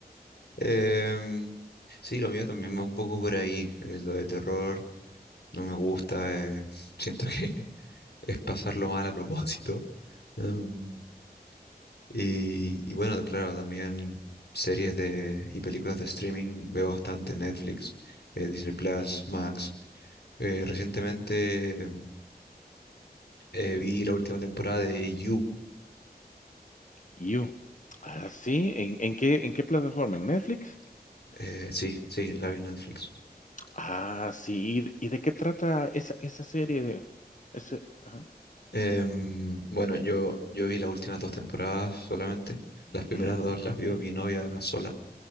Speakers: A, on the left; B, on the left.
A: Em, sí, lo mío también va un poco por ahí. eh, lo de terror no me gusta. eh, siento que <laughs> es pasarlo mal a propósito. Em, y, y bueno, claro, también series de, y películas de streaming veo bastante. Netflix, eh, Disney Plus,
B: Mm,
A: Max. Eh, recientemente em, eh, vi la última temporada de You.
B: You. Ah, sí, ¿en en qué en qué plataforma? ¿En Netflix?
A: Eh, sí, sí, la vi en Netflix.
B: Ah, sí, ¿y de y de qué trata esa esa serie? de- Ese ajá.
A: Em, bueno, yo, yo vi las últimas dos temporadas solamente. Las primeras
B: Ujú,
A: dos las vio mi novia sola.